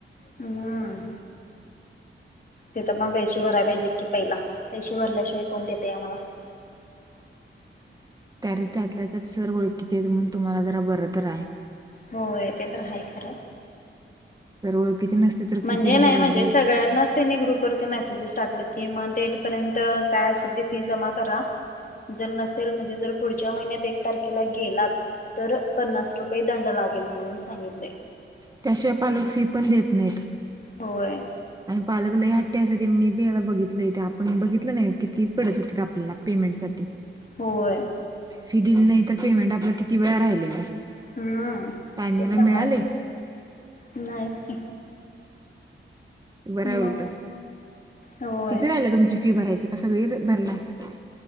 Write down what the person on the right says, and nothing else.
त्या र त्यातल्या त्यात सर ओळखीचे म्हण तुम्हाला जरा बरं तर आहे
सर ओळखीचे नसते तर
किती बाहेर
असणार.
त्याशिवाय पालक फी पण देत नाहीत.
आणि पालक ल ह हट्टी अस ते मी बी याला बघितलं ते आपण बघितलं नाही किती पिडत होतीत आपल्याला पेमेंट साटी
फी दिली नाही तर पेमेंट आपलं किती वेळा राहिलेला आहे.
टायमिंगला
मिळाले
बर
हाय उलट
किती राहिलं तुमची फी भरायची काय सगळी भरलाय